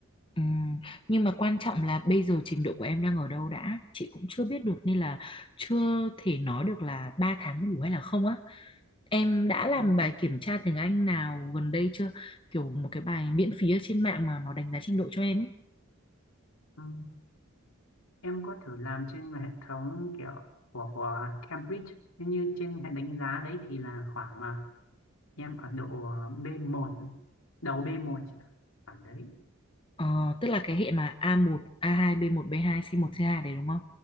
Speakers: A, on the left; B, on the left.
A: Ừm, nhưng mà quan trọng là bây giờ trình độ của em đang ở đâu đã. Chị cũng chưa biết được nên là chưa thể nói được là 3 tháng đủ hay là không á. Em đã làm
B: ừ,
A: bài kiểm tra tiếng Anh nào gần đây chưa? Kiểu một cái bài miễn phí ở trên mạng mà nó đánh giá trình độ cho em ấy.
B: ừ. em có thử làm trên hệ thống kiểu của của Cambridge nhưng như trên hệ đánh giá đấy thì là khoảng ờ, em ở độ ờ, B1 đầu B1 chị ạ khoảng đấy
A: Ờ, tức là cái hệ mà a một a hai b một b hai c một c hai đấy đúng không?